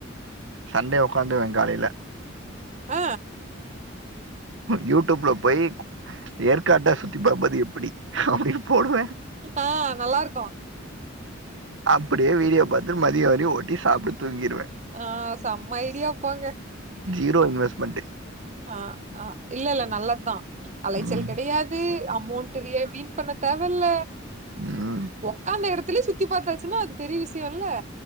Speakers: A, on the right; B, on the right.
A: சண்டே ஒக்காந்துவே காலைல
B: அ
A: யூடிப்ல போய் ஏற்காட்ட சுத்தி பாப்பது எப்படி அப்டின்னு போடுவே
B: ஆ நல்லாருக்கு
A: அப்டியே வீடியோ பாத் து மதியோ வரையு ஓட்டி சாப்ட்டு தூங்கிடுவே
B: ஆ செம்ம ஐடியா போங்க
A: ஜீரோ இன்வெஸ்மெண்ட்டு
B: அ அ இல்ல இல்ல நல்லத்தா அலைச்சல்
A: ம்
B: கெடையாது அமௌண்ட் வீய வீன் பண்ண தேவல்ல
A: ம்
B: ஒக்காந்த எடத்துலயே சுத்தி பாத்தாச்சுன்னா அது பெரிய விஷ்யோல்ல